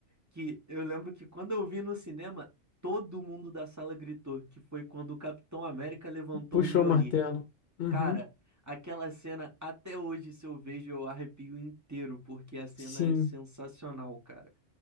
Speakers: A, on the right; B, on the left.
A: que eu lembro que quando eu vi no cinema, todo mundo da sala gritou, que foi quando o Capitão América levantou
B: Puxou
A: o Mjolnir.
B: o martelo. Uhum.
A: Cara, aquela cena, até hoje, se eu vejo, eu arrepio inteiro, porque a cena
B: Sim.
A: é sensacional, cara.